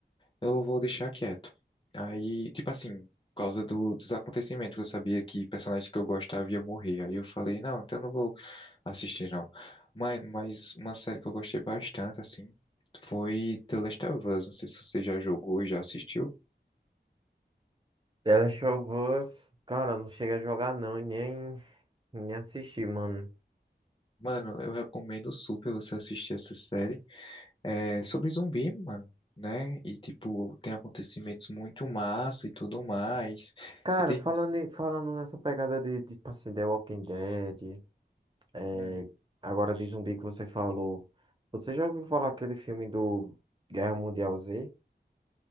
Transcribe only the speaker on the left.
eu vou deixar quieto. Aí, tipo assim, por causa do, dos acontecimentos, eu sabia que personagens que eu gostava ia morrer. Aí eu falei, não, então eu não vou assistir, não. Mas, mas uma série que eu gostei bastante, assim, foi The Last of Us. Não sei se você já jogou e já assistiu.
Mano, eu recomendo super você assistir essa série. É sobre zumbi, mano, né? E, tipo, tem acontecimentos muito massa e tudo mais.
E tem.
hum,